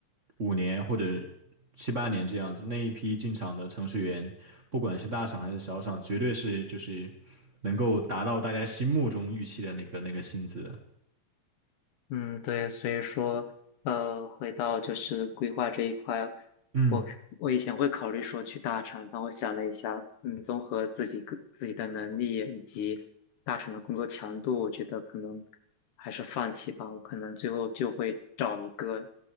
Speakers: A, on the right; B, on the left.
A: 五年或者七八年这样子，那一批进厂的程序员，不管是大厂还是小厂，绝对是就是能够达到大家心目中预期的那个那个薪资的。
B: 嗯，对，所以说，呃，回到就是规划这一块，
A: 嗯
B: 我我以前会考虑说去大厂，但我想了一下，嗯，综合自己个自己的能力以及大厂的工作强度，我觉得可能还是放弃吧。我可能最后就会找一个